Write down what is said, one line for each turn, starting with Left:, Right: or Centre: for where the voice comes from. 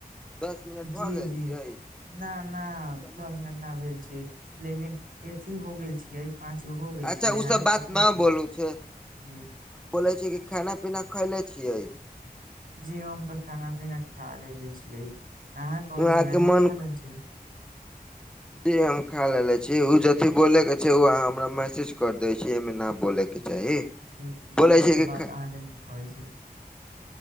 Centre: दस मिनट
Right: जी
Centre: भऽ गेल
Right: जी
Centre: छियै
Right: न न
Centre: तऽ चलू
Right: दस मिन न भेल छियै लेकिन अथी हो गेल छियै पाँच गो हो गेल
Centre: अच्छा
Right: छै अहाँ
Centre: ओसभ
Right: के
Centre: बात
Right: पाटन
Centre: नहि
Right: छी
Centre: बोलू छै
Right: जी
Centre: बोलै छै कि खाना पीना खैले छियै
Right: जी हम त खाना पीना खा लेलेे छियै अहा कहै
Centre: अहाँके
Right: छीय अहा
Centre: मन
Right: खा लेले छी
Centre: जी हम खा लेे छी ओ जेथी बोले के छै ओ अहाँ हमरा मैसेज कर दै छी एहिमे न बोलेके चाही
Right: जी जी
Centre: बोलै
Right: ई
Centre: छै
Right: त
Centre: कि
Right: बात
Centre: खा
Right: अहाँ के नीक कहै छी